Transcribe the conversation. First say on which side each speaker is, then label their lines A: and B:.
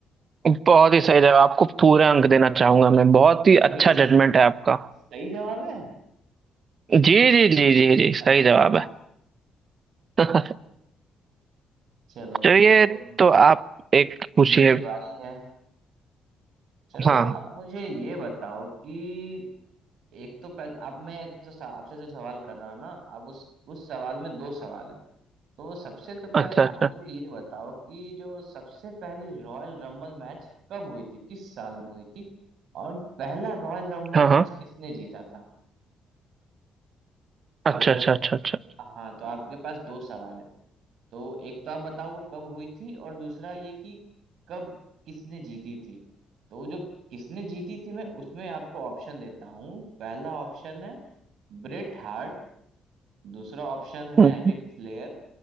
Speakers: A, on the right; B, on the right.
A: बहुत ही सही जवाब आपको पूरे अंक देना चाहूंगा मैं बहुत ही
B: अरे
A: अच्छा
B: बस
A: जजमेंट है आपका
B: सही जवाब है
A: जी जी जी जी जी सही
B: अरे
A: जवाब
B: वाह
A: है <laughs>
B: चलो
A: चलिए
B: चलो
A: तो आप एक पूछिए
B: मेरी बारी है चलो
A: हाँ
B: आप मुझे ये बताओ कि एक तो पहले अब मैं एक जो सा- आपसे जो सवाल कर रहा हूँ ना अब उस उस सवाल में दो सवाल है तो सबसे तो पहले
A: अच्छा अच्छा
B: आप मुझे ये बताओ कि जो सबसे पहली रॉयल रंबल मैच कब हुई थी किस साल में हुई थी और पहला रॉयल रंबल
A: हाँ
B: मैच
A: हाँ
B: किसने जीता था तो
A: अच्छा अच्छा अच्छा अच्छा
B: हाँ तो आपके पास दो सवाल है तो एक तो आप बताओ वो कब हुई थी और दूसरा ये कि कब किसने जीती थी तो जो किसने जीती थी मैं उसमें आपको ऑप्शन देता हूँ पहला ऑप्शन है ब्रेट हार्ट दूसरा ऑप्शन
A: हम्म,
B: है रिक फ्लेयर